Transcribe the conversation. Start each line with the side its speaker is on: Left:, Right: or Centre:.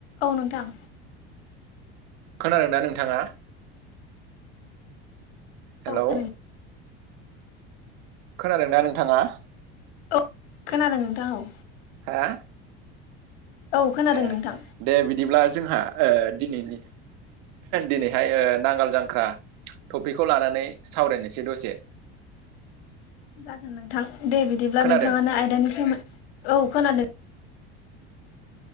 Left: औ नोंथां।
Right: खोनादोंना नोंथाङा? हेल'।
Left: औ खोनादों
Right: खोनादोंना नोंथाङा?
Left: औ खोनादों नोंथां औ।
Right: हा?
Left: औ खोनादों
Right: ए
Left: नोंथां
Right: दे बिदिब्ला जोंहा ओ दिनैनि दिनैहाय नांगाल जांख्रा थपिकखौ लानानै सावरायनोसै दसे।
Left: जागोन नोंथां दे बिदिब्ला
Right: खोनादों
Left: नोंथाङानो आयदानि सोमोनद औ खोनादों।